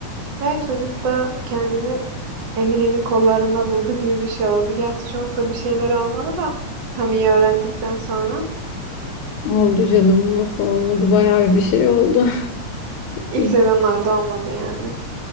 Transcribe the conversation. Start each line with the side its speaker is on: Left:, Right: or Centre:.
Right: ve çocuk da kendini Emily'nin kollarında buldu gibi bir şey oldu. Gerçi çok da bir şeyler olmadı da Camille'i öğrendikten sonra
Left: Oldu canım, nasıl olmadı? Bayağı bir şey oldu.
Right: ilk
Left: <laughs> İyi.
Right: sezonlarda olmadı yani.